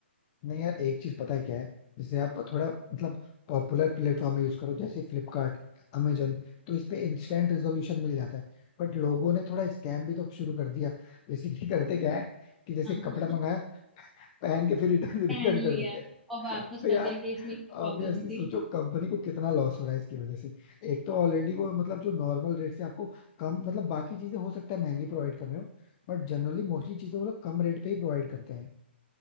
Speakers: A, on the left; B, in the centre.
A: नहीं यार एक चीज पता है क्या है जैसे आप थोड़ा मतलब पॉपुलर प्लेटफॉर्म यूज करो जैसे फ्लिपकार्ट अमेजन तो इस पे इंस्टेंट रेजोल्यूशन मिल जाता है बट लोगों ने थोड़ा स्कैम भी तो शुरू कर दिया बेसिकली करते क्या है कि जैसे
B: हाँ
A: कपड़ा
B: <laughs>
A: मंगाया पहन के फिर रिटर्न
B: पहन
A: रिटर्न
B: लिया
A: कर देंगे
B: और वापस
A: <laughs> तो
B: कर
A: यार
B: दिया कि इसमें प्रॉब्लम
A: ऑब्वियसली
B: थी
A: सोचो कंपनी को कितना लॉस हो रहा है इसकी वजह से एक तो ऑलरेडी वो मतलब जो नॉर्मल रेट से आपको कम मतलब बाकी चीजें हो सकता है महंगी प्रोवाइड कर रहे हो बट जनरली मोस्टली चीजें वो लोग कम रेट पे ही प्रोवाइड करते हैं